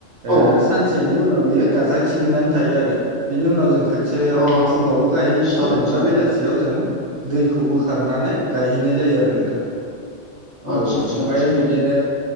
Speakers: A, on the right; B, on the right.
A: ओ
B: औ
A: सानसेनि उनाव बेयो गाजा खिलिनानै थायो आरो बेनि उनाव जों खोथियाव
B: अ आदसा
A: जों फुङावबो गायहैसिगोन
B: आदसा
A: बा बेलासियाव जों दैखौ बोखारनानै गायहैनाय जायो आरो नोंथां।
B: आदसा
A: औ
B: आदसा
A: ओमफ्राय
B: आदसा
A: बिदिनो